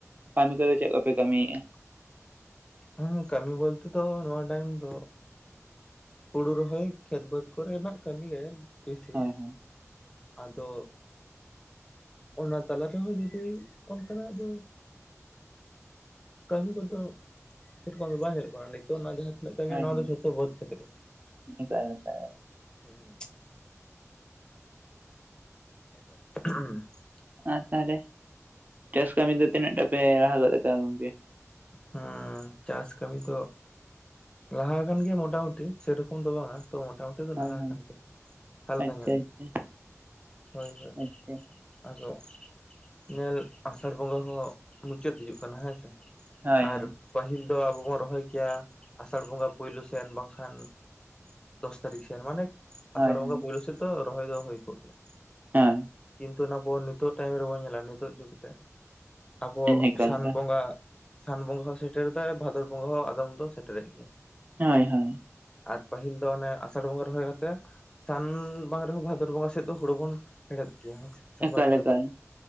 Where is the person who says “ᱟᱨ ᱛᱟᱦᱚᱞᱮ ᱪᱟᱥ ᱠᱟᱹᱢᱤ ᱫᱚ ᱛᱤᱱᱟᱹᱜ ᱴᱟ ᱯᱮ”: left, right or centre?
Right